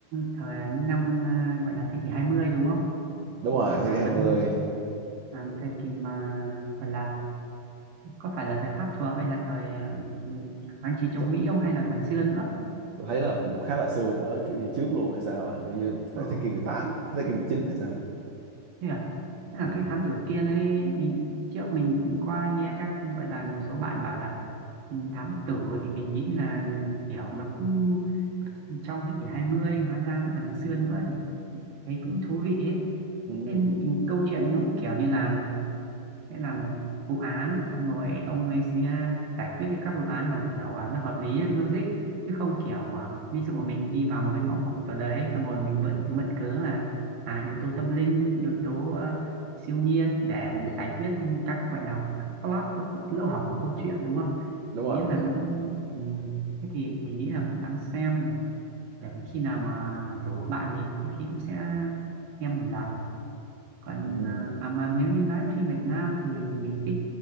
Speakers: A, on the right; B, on the right.
A: thời năm à, gọi là thế kỷ 20 đúng không
B: đúng rồi
A: thời mà
B: thế kỷ 20
A: vẫn à, thời kỳ mà gọi là có phải là thời Pháp thuộc hay là thời à, ừ, kháng chiến chống
B: tôi,
A: Mỹ không hay là còn xưa nữa
B: tôi thấy nó là cũng khá là xưa nữa kiểu như trước luôn hay sao á kiểu như phải
A: ồ
B: thế kỷ 18 thế kỷ 19 hay sao á.
A: thế à thế là
B: ừ.
A: cái thám tử kia ấy mình- trước mình cũng có nghe các gọi là một số bạn bảo là ừ, thám tử thì mình nghĩ là kiểu nó cũng trong thế kỷ hai mươi hóa ra nó còn xưa nữa thấy cũng thú vị ấy
B: Ừ.
A: Thế câu chuyện nó cũng kiểu như làm sẽ làm một vụ án xong rồi ông ấy sẽ giải quyết được các vụ án mà kiểu à, nó hợp lý logic chứ không kiểu à, ví dụ mình đi vào một cái ngõ cụt nào đấy xong rồi mình mượn mượn cớ là à, yếu tố tâm linh yếu tố à, siêu nhiên để
B: Đúng,
A: giải quyết các gọi là các plot các cú- lỗ hổng của câu chuyện đúng không
B: đúng
A: Mình
B: rồi
A: nghĩ
B: đúng
A: là
B: rồi
A: nó cũng ừ. thế thì mình nghĩ là cũng đang xem để, để khi nào mà rủ bạn thì có khi cũng sẽ nghe một lần còn
B: ừ.
A: à à mà nếu như nói phim Việt Nam thì mình thích